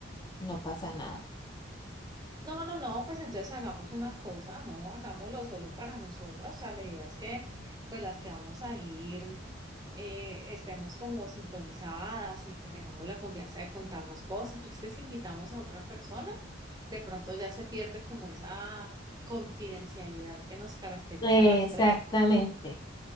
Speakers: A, on the left (about 20°); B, on the right (about 20°).
A: no pasa nada.
B: No, no, no, pues entonces hagamos una cosa, no, hagámoslo solo para nosotras. O sea, la idea es que, pues las que vamos a ir, eh, estemos como sintonizadas y que tengamos la confianza de contarnos cosas, porque es que si invitamos a otra persona, de pronto ya se pierde como esa confidencialidad que nos caracteriza
A: Exactamente.
B: a las tres,
A: <clears throat>